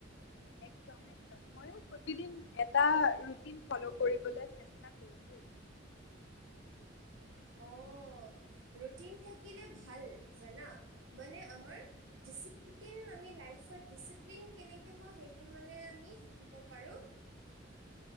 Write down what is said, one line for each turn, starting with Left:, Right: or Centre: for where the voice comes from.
Left: একদম একদম, ময়ো প্ৰতিদিন এটা ৰুটিন ফ'ল' কৰিবলৈ চেষ্টা কৰো দেই।
Right: অ', ৰুটিন থাকিলে ভাল জানা মানে আমাৰ ডিচিপ্লিন আমি লাইফত ডিচিপ্লিন কেনেকে হওঁ সেইটো মানে আমি শিকিব পাৰো।